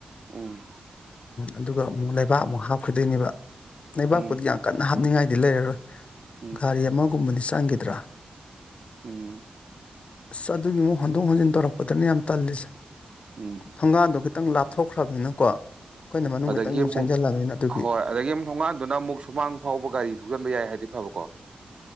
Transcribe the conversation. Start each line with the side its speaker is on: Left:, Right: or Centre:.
Right: ꯎꯝ
Left: ꯑꯗꯨꯒ ꯑꯃꯨꯛ ꯂꯩꯕꯥꯛ ꯑꯃꯨꯛ ꯍꯥꯞꯈꯤꯗꯣꯏꯅꯦꯕ ꯂꯩꯕꯥꯛꯄꯨꯗꯤ
Right: ꯎꯝ
Left: ꯌꯥꯝ ꯀꯟꯅ ꯍꯥꯞꯅꯤꯡꯉꯥꯏ ꯗꯤꯜ ꯂꯩꯔꯔꯣꯏ
Right: ꯎꯝ
Left: ꯀꯔꯤ ꯑꯃꯨꯛ ꯍꯨꯝꯕꯅꯤ ꯁ ꯅꯪꯒꯤꯗ꯭ꯔꯣ
Right: ꯎꯝ
Left: ꯑꯁ ꯑꯗꯨꯒꯤ ꯑꯃꯨꯛ ꯍꯟꯗꯣꯛ ꯍꯣꯟꯖꯤꯟ ꯇꯧꯔꯛꯄꯗꯅꯦ ꯌꯥꯝ ꯇꯜꯂꯤꯁꯦ
Right: ꯎꯝ
Left: ꯊꯪꯒꯥꯥꯟꯗ ꯈꯤꯇꯪ ꯂꯥꯞꯊꯣꯛꯈ꯭ꯔꯕꯅꯤꯅꯀꯣ ꯑꯩꯈꯣꯏꯅ ꯃꯅꯨꯡ
Right: ꯑꯗꯒꯤ
Left: ꯈꯤꯇꯪ
Right: ꯑꯃꯨꯛ
Left: ꯆꯪꯁꯤꯜꯂꯕꯅꯤꯅ ꯑꯗꯨꯒꯤ
Right: ꯍꯣꯏ ꯑꯗꯒꯤ ꯑꯃꯨꯛ ꯊꯣꯡꯉꯥꯟꯗꯨꯅ ꯑꯃꯨꯛ ꯁꯨꯃꯥꯡ ꯐꯥꯎꯕ ꯒꯥꯔꯤ ꯊꯧꯖꯤꯟꯕ ꯌꯥꯏ ꯍꯥꯏꯗꯤ ꯐꯕꯀꯣ